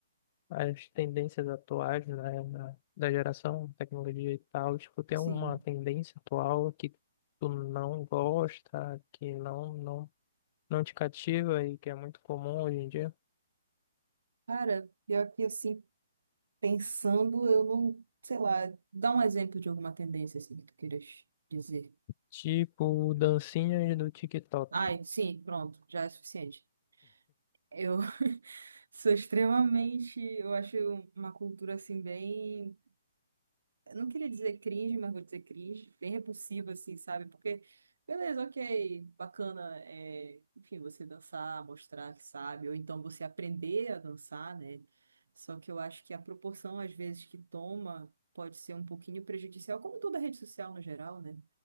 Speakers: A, on the left (about 30°); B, on the right (about 80°).
A: as tendências atuais, né, na- da geração tecnologia e tal. Tipo, tem
B: Sim.
A: uma tendência atual que tu não gosta, que não, não, não te cativa e que é muito comum hoje em dia?
B: Cara, pior que assim, pensando, eu não, sei lá, dá um exemplo de alguma tendência assim que tu queiras dizer.
A: Tipo, dancinhas do TikTok.
B: Ai, sim, pronto, já é suficiente. Eu <laughs> sou extremamente, eu acho uma cultura assim bem eu não queria dizer cringe, mas vou dizer cringe, bem repulsivo, assim, sabe? Porque, beleza, ok, bacana, é, enfim, você dançar, mostrar que sabe, ou então você aprender a dançar, né? Só que eu acho que a proporção, às vezes, que toma pode ser um pouquinho prejudicial, como toda rede social no geral, né?